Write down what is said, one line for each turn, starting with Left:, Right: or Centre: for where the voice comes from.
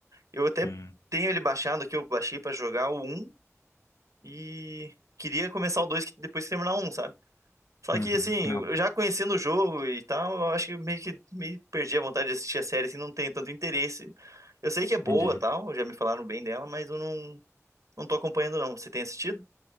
Right: Eu até
Left: Hum,
Right: tenho ele baixado aqui, eu baixei pra jogar o um e queria começar o 2 que- depois que terminar o 1, sabe? Só
Left: uhum,
Right: que, assim,
Left: não,
Right: eu já conhecendo o jogo e tal, eu acho que meio que meio perdi a vontade de assistir a série, assim, não tenho tanto interesse. Eu sei que é boa,
Left: entendi.
Right: tal, já me falaram bem dela, mas eu não Não tô acompanhando, não. Você tem assistido?